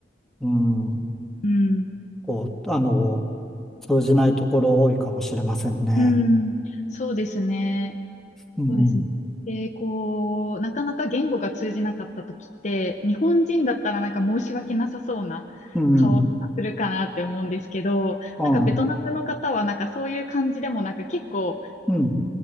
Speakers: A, in the centre; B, on the left.
A: うん、
B: うん、
A: こう、あの、通じないところ多いかもしれませんね。
B: うん。そうですね。
A: うん、
B: そうですね。で、こう、なかなか言語が通じなかった時って、日本人だったらなんか申し訳なさそうな顔とかするかなって思うんですけど、
A: うん、ああ、
B: なんかベトナムの方はなんかそういう感じでもなく結構
A: うん、